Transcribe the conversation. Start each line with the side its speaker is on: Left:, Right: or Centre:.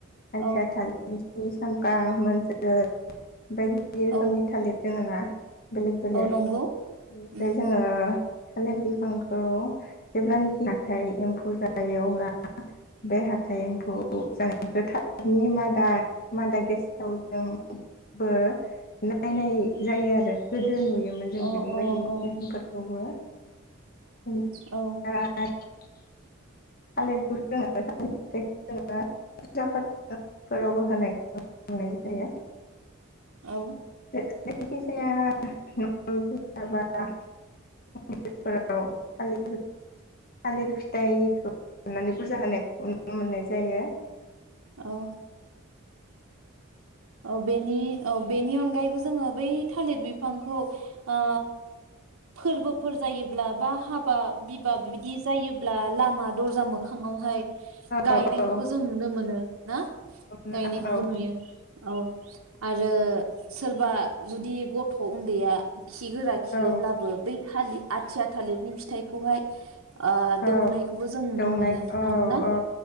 Left: आतिया
Right: औ
Left: थालिर <unintelligible> साम्फा मोनजोर बायदि बायदि रोखोमनि
Right: औ
Left: थालिर दोङो ना बेलेग बेलेक
Right: औ नंगौ
Left: बेनिफ्राय
Right: उम
Left: जोङो थालिर बिफांखौ जेब्लानाखि हाथाय एम्फौ जायो अब्ला बे हाथाइ एम्फौ जानायखौ थाबनि मादा मादा गेसाव जोंबो नायनाय जायो आरो गो जों नुयोमोन जों
Right: अ
Left: बेफोरबायदि
Right: अ
Left: नेमफोरखौबो
Right: औ
Left: <unintelligible>
Right: औ
Left: <unintelligible> थालिरखौ जोङो थिर फिथखौ जोङो फु फाफोरावबो होनायखौनाय जायो
Right: औ
Left: जायखिजाया <unintelligible> मन्दिरफोराविर थालिर फिथाइखौ साननानै फुजा होनाय <unintelligible> नुनो मोननाय जायो
Right: औ औ बेनि औ बेनि अनगायैबो जोङो बै थालिर बिफांखौ ओ फोरबोफोर जायोब्ला बा हाबा बिबाब बिदि जायोब्ला लामा दर्जा मोखाङावहाय गायनायखौबो
Left: औ औ
Right: जों नुनो मोनो ना
Left: नोंथां
Right: गायनायखौबो
Left: औ
Right: नुयो औ आरो ओ सोरबा जुदि गथ' उन्दैया खिगोरा खियोब्लाबो
Left: औ
Right: बै थालिर आथिया थालिरनि फिथाइखौहाय ओ दौनायखौबो
Left: औ
Right: जों नुनो
Left: दौनाय
Right: मोनो
Left: औ
Right: नंगौ ना
Left: औ